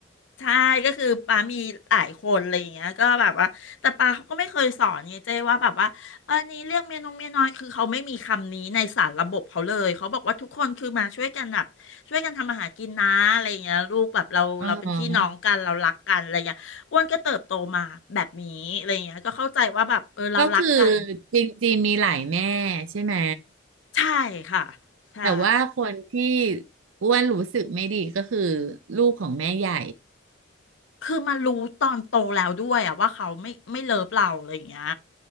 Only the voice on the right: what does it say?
อ๋อก็คือจริงๆมีหลายแม่ใช่ไหม
แต่ว่าคนที่อ้วนรู้สึกไม่ดีก็คือลูกของแม่ใหญ่